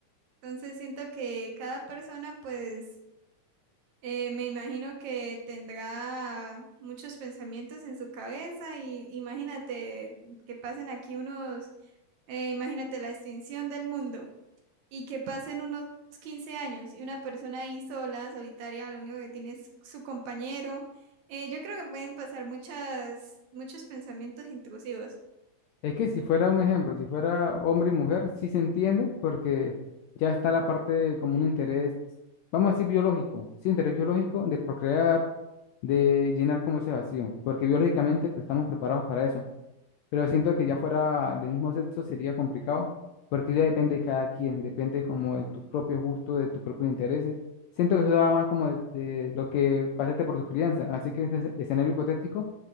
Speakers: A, on the right (about 70°); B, on the left (about 80°).
A: Entonces siento que cada persona pues eh, me imagino que tendrá muchos pensamientos en su cabeza y imagínate que pasen aquí unos, eh, imagínate la extinción del mundo. Y que pasen unos 15 años y una persona ahí sola, solitaria, lo único que tiene es su compañero. Eh, yo creo que pueden pasar muchas, muchos pensamientos intrusivos.
B: Es que si fuera un ejemplo, si fuera hombre y mujer, sí se entiende porque ya está la parte de como un interés, vamos a decir biológico, sí, interés biológico de procrear, de llenar como ese vacío, porque biológicamente pues estamos preparados para eso, pero siento que ya fuera del mismo sexo sería complicado porque ya depende de cada quien, depende como de tu propio gusto, de tus propios intereses. Siento que eso va más como de, de lo que pasaste por tu crianza, así que este es- escenario hipotético